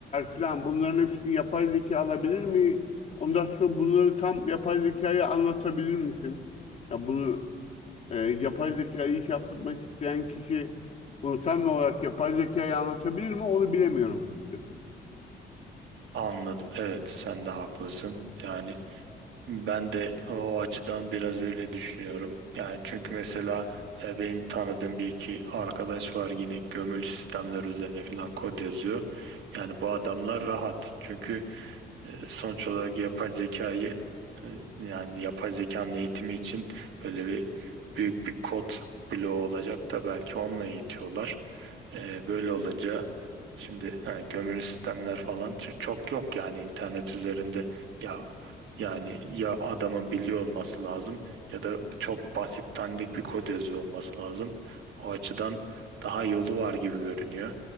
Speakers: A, on the left (about 35°); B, on the right (about 70°).
A: falan bunların hepsini yapay zeka alabilir mi? Ondan sonra bunları tam yapay zekaya anlatabilir misin? Ya bunu E, yapay zekayı iş yaptırmak isteyen kişi bunu tam olarak yapay zekayı anlatabilir mi? Onu bilemiyorum açıkçası.
B: Anladım. Evet, sen de haklısın. Yani ben de o açıdan biraz öyle düşünüyorum. Yani çünkü mesela e, benim tanıdığım bir iki arkadaş var yine gömülü sistemler üzerine falan kod yazıyor. Yani bu adamlar rahat. Çünkü e, Sonuç olarak yapay zekayı e, yani yapay zekanın eğitimi için böyle bir büyük bir kod bloğu olacak da belki onunla eğitiyorlar. E, böyle olunca şimdi ha, gömülü sistemler falan ç- çok yok yani internet üzerinde ya yani ya adamın biliyor olması lazım ya da çok basit dandik bir kod yazıyor olması lazım. O açıdan daha yolu var gibi görünüyor.